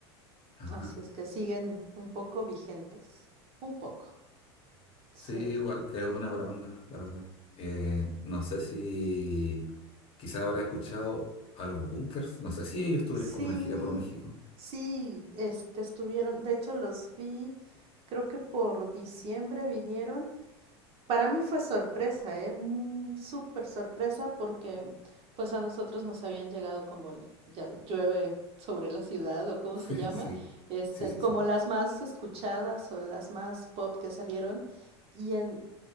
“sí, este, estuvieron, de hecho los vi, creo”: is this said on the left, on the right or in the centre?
Right